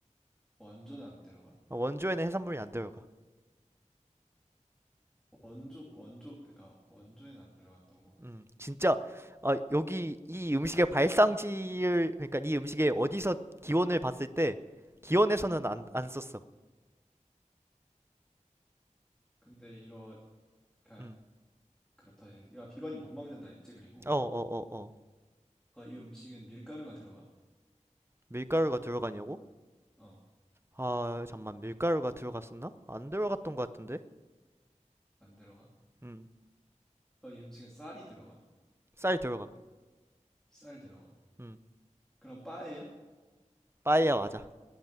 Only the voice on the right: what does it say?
어, 원조에는 해산물이 안 들어가.
음, 진짜 아, 여기 이 음식의 발상지를 그러니까 이 음식의 어디서 기원을 봤을 때 기원에서는
안, 안 썼어.
음.
어, 어, 어, 어.
밀가루가 들어가냐고?
아, 잠만 밀가루가 들어갔었나? 안 들어갔던 것 같은데.
음.
쌀 들어가.
음.
빠에야 맞아.